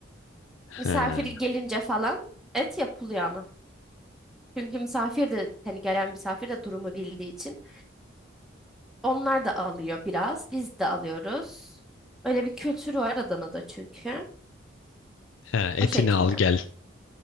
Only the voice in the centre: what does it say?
Misafir
gelince falan et yapılıyor ama. Çünkü misafir de hani gelen misafir de durumu bildiği için onlar da alıyor biraz. Biz de alıyoruz. Öyle bir kültür var Adana'da çünkü.
O şekilde.